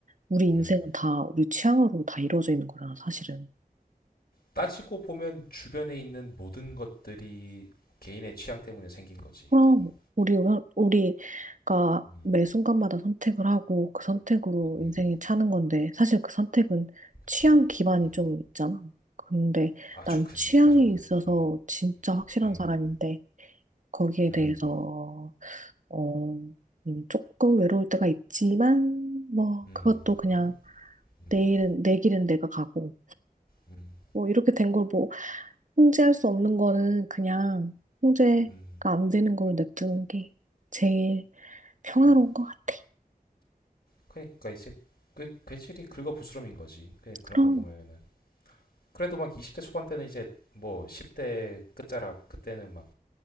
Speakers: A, on the right; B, on the left.
A: 우리 인생은
B: 음.
A: 다 우리 취향으로 다 이루어져 있는 거잖아, 사실은.
B: 따지고 보면 주변에 있는 모든 것들이 개인의 취향 때문에 생긴 거지.
A: 그럼
B: 어.
A: 우리 우리가
B: 음.
A: 매 순간마다 선택을 하고 그 선택으로
B: 음.
A: 인생이 차는 건데 사실 그 선택은
B: 그치.
A: 취향 기반이
B: 음.
A: 좀 있잖아. 근데
B: 아주
A: 난
B: 크지.
A: 취향이
B: 따지고 보면.
A: 있어서
B: 음.
A: 진짜 확실한
B: 음.
A: 사람인데 거기에
B: 음.
A: 대해서 어, 음, 조금 외로울 때가 있지만 뭐
B: 음,
A: 그것도 그냥
B: 뭐, 음,
A: 내일은 내 길은 내가 가고
B: 음,
A: 뭐 이렇게 된 걸뭐 통제할 수 없는 거는 그냥 통제가
B: 음,
A: 안 되는 걸 냅두는 게 제일 평화로운
B: 음.
A: 것 같아.
B: 그러니까 이제 그 괜시리 긁어 부스럼인 거지. 그 그런
A: 그럼
B: 거 보면은. 그래도 막 20대 초반 때는 이제 뭐 10대 끝자락 그때는 막